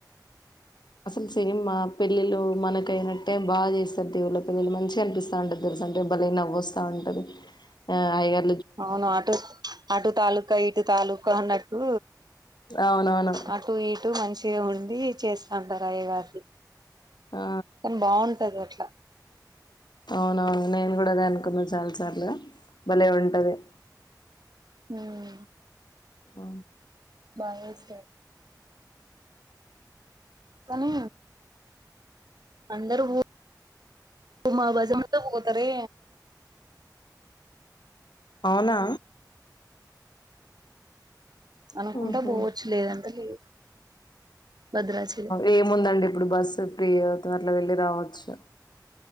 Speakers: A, on the left; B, on the right.
A: అసలు సేమ్ మా పెళ్ళిళ్లు మనకయినట్టే బాగా చేస్తారు దేవుళ్ల పెళ్ళిళ్లు మంచిగా అనిపిస్తా అంటది అంటే బలే నవ్వు వస్తా ఉంటది అయ్యగారు
B: అవును ఆటు ఆటు తాలూకా ఇటు తాలూకా అన్నట్టు
A: అవునవును
B: అటు ఇటు మంచిగా ఉండి చేస్ అంటర్ అయ్యగార్లు
A: ఆ
B: కానీ బాగుంటది అట్లా
A: అవునవును నేను కూడా అదే అనుకున్నా చాలా సార్లు భలే ఉంటది
B: ఉమ్
A: ఆ
B: బాగా చేస్తారు కానీ అందరు మా బంధువులు మొత్తం పోత రే
A: అవునా
B: అనుకుంటా
A: ఉహు
B: పోవచ్చు లేదంటే లేదు భద్రాచలం
A: ఏముందండి ఇప్పుడు బస్సు ఫ్రీ అవుతుంది అట్లా వెళ్ళి రావచ్చు